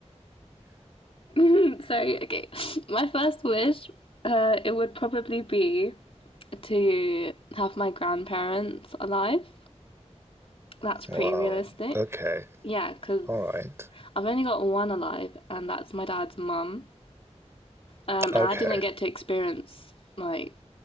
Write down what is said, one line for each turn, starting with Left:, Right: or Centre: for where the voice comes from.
Left: <laughs> Sorry, okay. My first wish, uh, it would probably be to have my grandparents alive. That's pretty
Right: Wow.
Left: realistic.
Right: Okay.
Left: Yeah, because
Right: All right.
Left: I've only got one alive, and that's my dad's mum. Um, and
Right: Okay.
Left: I didn't get to experience like